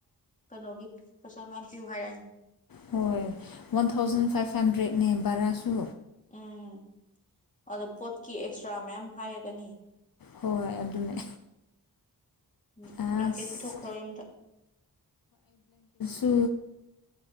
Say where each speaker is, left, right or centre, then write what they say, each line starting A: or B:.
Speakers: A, on the left (about 20°); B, on the left (about 60°).
A: ꯀꯩꯅꯣꯒꯤ ꯄꯩꯁꯥ ꯃꯌꯥꯝ ꯄꯤꯌꯨ ꯍꯥꯏꯔꯑꯅꯤ
B: ꯍꯣꯏ ꯋꯥꯟ ꯊꯥꯎꯖꯟ ꯐꯥꯏꯚ ꯍꯟꯗ꯭ꯔꯦꯠꯅꯦ ꯚꯔꯥꯁꯨ
A: ꯎꯝ ꯑꯗꯣ ꯄꯣꯠꯀꯤ ꯑꯦꯛꯁꯇ꯭ꯔꯥ ꯃꯌꯥꯝ ꯍꯥꯏꯔꯒꯅꯤ
B: ꯍꯣꯏ ꯑꯗꯨꯅꯦ
A: ꯎ
B: ꯑꯁ
A: ꯕ꯭ꯂꯥꯡꯀꯦꯠ ꯄꯤꯊꯣꯛꯈ꯭ꯔꯣ ꯌꯨꯝꯗ
B: ꯇꯨ